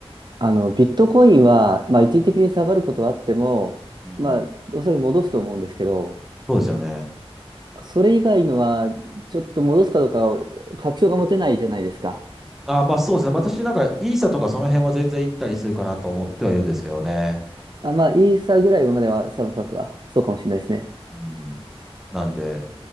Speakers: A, on the right; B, in the centre.
A: あの、ビットコインは、まあ、一時的に下がることはあっても、
B: うん。
A: まあ、おそらく戻すと思うんですけど、
B: そうですよね。
A: それ以外のは、ちょっと戻すかどうか確証が持てないじゃないですか。
B: あ、まあそうですね。私なんかイーサとかその辺は全然行ったりするかなと思ってはいるんですけどね。
A: あ、まあ、イーサーぐらいまでは、そうそうそう、あそうかもしれないですね。
B: うん。なんで、